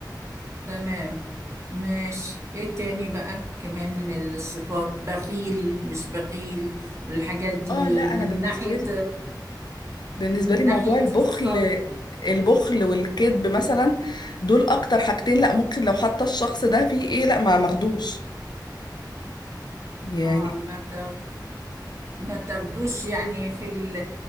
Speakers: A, on the right (about 40°); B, on the left (about 65°).
A: تمام ماشي ايه تاني بقى كمان من الصفات بخيل مش بخيل والحاجات دي
B: اه لا انا
A: من
B: بالنسبه
A: ناحية
B: لي بالنسبه
A: من
B: لي موضوع
A: ناحية
B: البخل
A: الصرف
B: البخل والكذب مثلا دول اكتر حاجتين لا ممكن لو حتى الشخص ده فيه ايه لا ما ماخدوش يعني
A: اه ما ت... ما تاخدوش يعني في ال